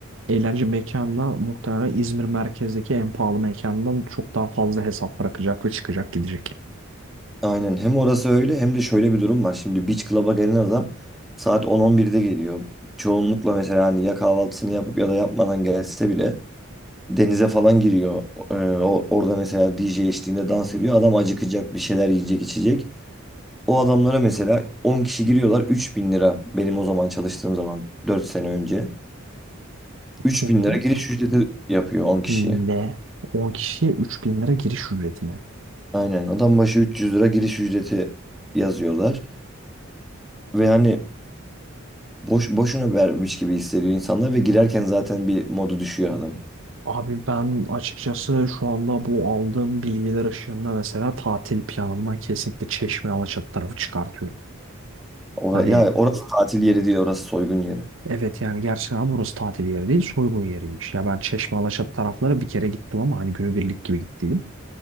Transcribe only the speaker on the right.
eğlence mekanına muhtemelen İzmir merkezdeki en pahalı mekandan çok daha fazla hesap bırakacak ve çıkacak gidecek.
Bunların
ne? 10 kişiye 3000 lira giriş ücretine.
Abi ben açıkçası şu anda bu aldığım bilgiler ışığında mesela tatil planımdan kesinlikle Çeşme Alaçatı tarafı çıkartıyorum.
Hani
evet yani gerçekten burası tatil yeri değil soygun yeriymiş. Ya ben Çeşme Alaçatı tarafları bir kere gittim ama hani günübirlik gibi gittiydim.